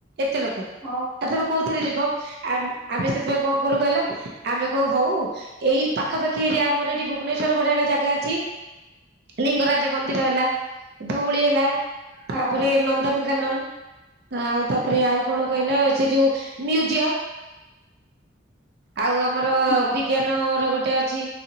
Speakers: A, on the right; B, on the left.
A: ଏତେ ଲୋକ।
B: ହଁ।
A: ଆ ତମେ କୋଉଥିରେ ଯିବ ଆମ୍ ଆମେ ସେଥିପାଇଁ ଙ୍କ କରୁ କହିଲା ଆମେ କଉ ହଉ ଏଇ ପାଖା ପାଖି ଏରିଆ ଆମର ଏଠି ଭୁବନେଶ୍ୱର୍ ବଢିଆ ବଢିଆ ଜାଗା ଚି ଲିଙ୍ଗରାଜ୍ ମନ୍ଦିର ହେଲା ଧଉଳି ହେଲା ତାପରେ
B: ହଁ
A: ନନ୍ଦନ୍କାନନ୍ ଆଉ ତାପରେ ଆଉ କଣ କହିଲ ସେ ଯଉ ମ୍ୟୁଜିୟମ୍ ଆଉ ଆମର
B: ହଁ
A: ବିଜ୍ଞାନ ର ଗୋଟେ ଅଛି